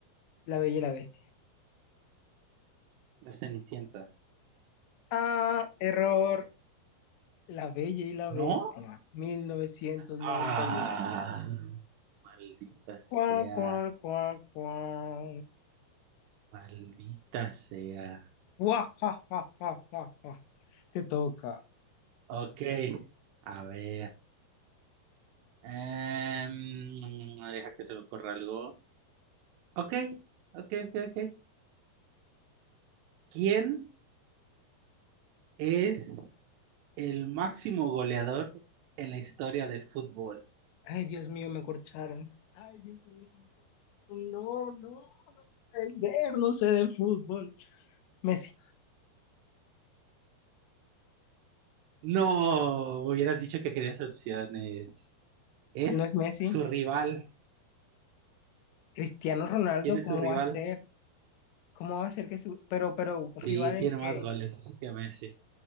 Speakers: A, on the left (about 85°); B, on the right (about 85°).
A: La Bella y la Bestia.
B: La Cenicienta.
A: Ah, error. La Bella y la
B: ¿No?
A: Bestia. 1991.
B: Ah, Ah, maldita sea,
A: Cuá, cuá, cuá, cuá.
B: maldita sea.
A: Guau, ja, ja, ja, ja, ja. Te toca.
B: Ok, a ver. em, deja que se me ocurra algo. Ok, ok, ok, ok. ¿Quién es El máximo goleador en la historia del fútbol.
A: Ay, Dios mío, me corcharon. Ay, Dios mío, me corcharon. No, no, puede ser, no sé de fútbol. Messi,
B: No, me hubieras dicho que querías opciones. Es
A: no es Messi.
B: su rival.
A: Cristiano Ronaldo,
B: ¿Quién es
A: ¿cómo
B: su rival?
A: va a ser? ¿Cómo va a ser que su... Pero, pero, rival
B: Sí,
A: en
B: tiene
A: qué?
B: más goles que Messi.